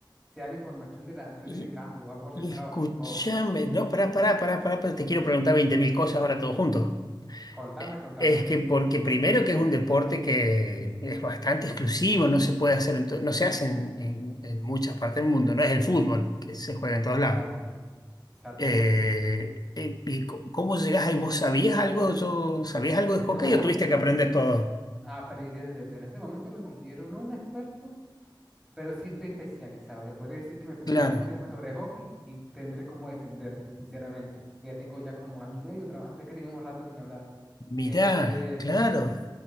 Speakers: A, in the centre; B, on the left.
A: se da la información de las acciones
B: y,
A: de cada jugador por
B: y
A: separado,
B: escuchame,
A: tipo,
B: no, pará, pará, pará, pará, pero te quiero preguntar 20.000 cosas ahora todo junto.
A: contame,
B: Eh,
A: contame.
B: Es que porque primero que es un deporte que es bastante exclusivo, no se puede hacer, en to- no se hace en, en en muchas partes del mundo, no es el fútbol que se juega en todos
A: Exacto,
B: lados.
A: exacto.
B: Eh, eh, ¿y c- cómo llegás ahí? ¿Vos sabías algo? ¿Yo sabías algo de hockey
A: No,
B: o tuviste que aprender todo?
A: aprendí desde cero. En este momento me considero no un experto, pero sí estoy especializado. O sea, podría decir que me pregunto
B: Claro.
A: un tema sobre hockey y tendré cómo defenderme, sinceramente. que Ya tengo ya como año y medio trabajando, es que tenemos rato sin hablar.
B: Mirá,
A: Este,
B: claro.